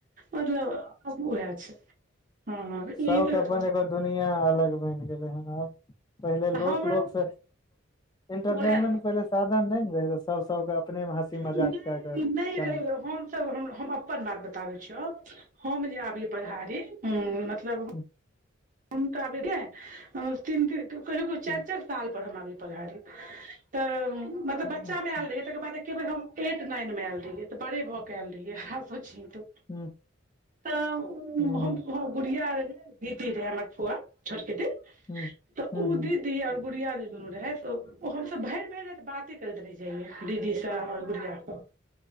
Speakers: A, on the right; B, on the left.
A: मतलब आब ओहा छै हँ ई
B: सब
A: तऽ
B: के अपन एगो दुनिआ अलग बनि गेल हेन आब पहिले लोक
A: हमरा
B: लोक से इंटरटेनमेंट
A: उएह
B: पहिले साधन नहि ने रहे रह सब सबके अपने मे हँसी मजाक
A: नहि
B: कए कऽ
A: नहि
B: टाइम
A: रहै हमसभ हम अपन बात बताबै छियौ हम जे अभी परहारी हु मतलब
B: ह
A: हम तऽ आबेै तीन ती कहियो कहियो चारि
B: हूँ
A: चारि साल पर हम अबिय पढ़ारी तऽ मतलब बच्चा
B: हूँ अच्छा
A: मे आयल रहहियै तकर बाद एके बेर हम एट नाइन मे आयल रहियै तऽ बड़े भऽ के आयल रहिय हँ सोचि तू
B: हूँ
A: तऽ
B: हूँ
A: हम गुुरिया रहै ी रहे हमर फुआ छोट पटी
B: हूँ
A: तऽ
B: हूँ
A: ओ
B: हूँ
A: दीदी और गुड़िया जे दुनू रहे त ओ हमसभ भरि भरि राति बाते करैत रह रहि जाइयै दीदीसँ आऔर गुड़िया सब